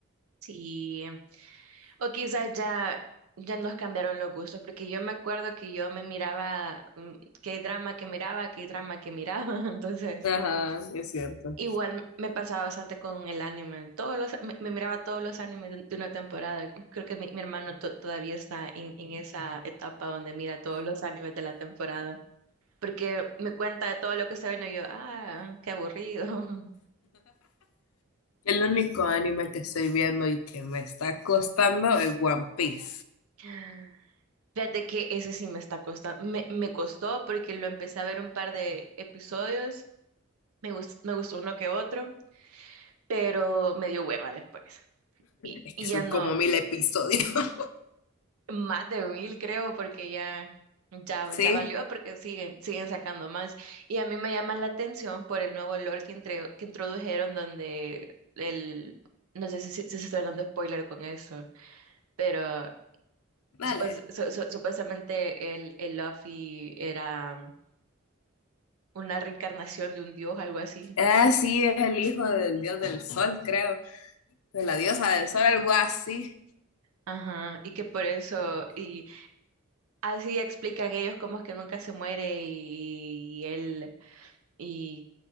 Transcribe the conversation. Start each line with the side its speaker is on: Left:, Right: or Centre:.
Right: Sí. O quizás ya, ya nos cambiaron los gustos, porque yo me acuerdo que yo me miraba, mm, qué drama que miraba, qué drama que miraba, <laughs> entonces.
Left: Ajá, es cierto.
Right: Igual me pasaba bastante con el anime. Todos los, me, me miraba todos los animes de, de una temporada. Creo que mi, mi hermano to- todavía está en, en esa etapa donde mira todos los animes de la temporada. Porque me cuenta de todo lo que está viendo y yo, ah, qué aburrido.
Left: El único anime que estoy viendo y que me está costando es One Piece.
Right: <laughs> Fíjate que ese sí me está costando. Me, me costó porque lo empecé a ver un par de episodios. Me, gus- me gustó uno que otro, pero me dio hueva después. Y,
Left: Es
Right: y
Left: que son
Right: ya no.
Left: como mil episodios. <laughs>
Right: Más de mil, creo, porque ya, ya,
Left: Sí,
Right: ya valió, porque siguen, siguen sacando más. Y a mí me llama la atención por el nuevo lore que, entre- que introdujeron, donde el, no sé si, si- si se está dando spoiler con eso, pero
Left: dale.
Right: supues- su- su- supuestamente el, el Luffy era una reencarnación de un dios, algo así.
Left: Ah, sí, es el hijo del dios del sol, creo. De la diosa del sol, algo así.
Right: Ajá, y que por eso, y así explican ellos cómo es que nunca se muere y, y él y,